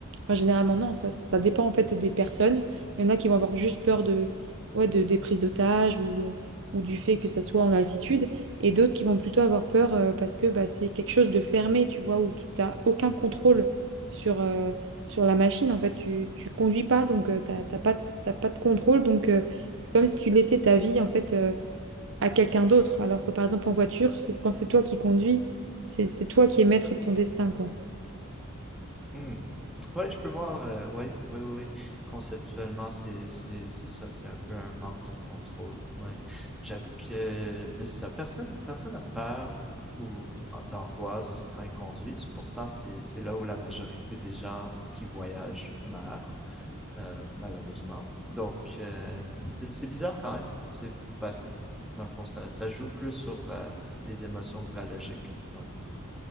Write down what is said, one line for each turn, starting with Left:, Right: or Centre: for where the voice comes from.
Right: enfin, généralement, non. Ça, ça dépend en fait des personnes. Il y en a qui vont avoir juste peur de, ouais, de, des prises d'otages ou, euh, ou du fait que ça soit en altitude. Et d'autres qui vont plutôt avoir peur euh, parce que bah, c'est quelque chose de fermé, tu vois, où tu n'as aucun contrôle sur, euh, sur la machine. En fait, tu ne conduis pas, donc euh, t'as t'as pas, t'as pas de contrôle. Donc, euh, c'est comme si tu laissais ta vie, en fait, euh, à quelqu'un d'autre. Alors que, par exemple, en voiture, c'est quand c'est toi qui conduis, c'est c'est toi qui es maître de ton destin, quoi.
Centre: Hmm. Ouais, je peux voir. euh, ouais, ouais, ouais, ouais. Conceptuellement, c'est, c'est, c'est ça, c'est un peu un manque de contrôle. Ouais. J'avoue que, mais c'est ça. Personne, personne a peur ou ah, d'angoisse quand ils conduisent. Pourtant, c'est, c'est là où la majorité des gens qui voyagent meurent, euh, malheureusement. Donc, euh, c'est, c'est bizarre quand même. C'est, bah, c'est, dans le fond, ça, ça joue plus sur euh, les émotions que la logique, dans le fond.